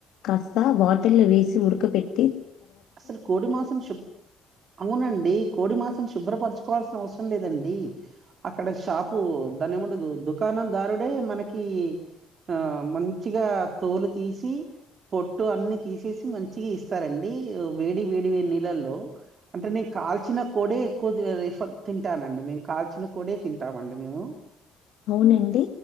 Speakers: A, on the left; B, on the right.
A: కాస్త బాటిల్ లో వేసి ఉడక పెట్టి
B: అసలు కోడి మాసం శుబ్ అవునండి కోడి మాం శుభ్రపరచుకోవాల్సిన అవసరం లేదండి అక్కడ షాపు దాని ఏమండదు దుకాణం దారు డే మనకి ఆ మంచిగా తోలు తీసి పొట్టు అన్ని తీ చేసి మంచిగా ఇస్తారండి తో వేడి వేడి గా నీలల్లో అంటే నేను కాల్చిన కోడే ఎక్కువ రిఫ తింటానండి మీ కాల్చిన కోడె తింటామండి మేము
A: అవునండి